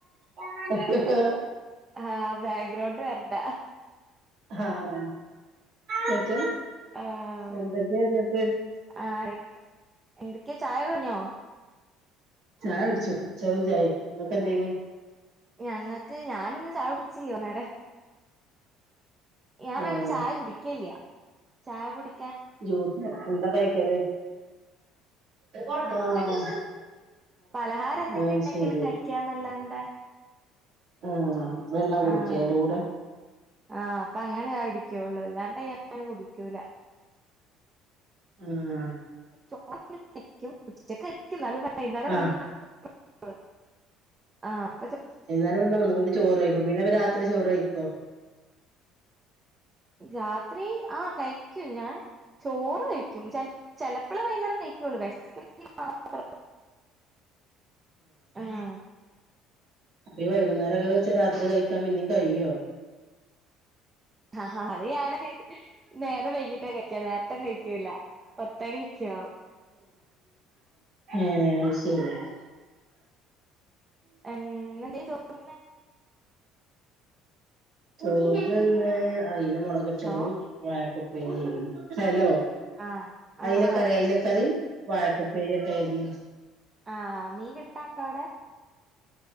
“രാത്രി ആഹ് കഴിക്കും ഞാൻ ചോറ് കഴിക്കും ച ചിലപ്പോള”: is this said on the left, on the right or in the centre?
Right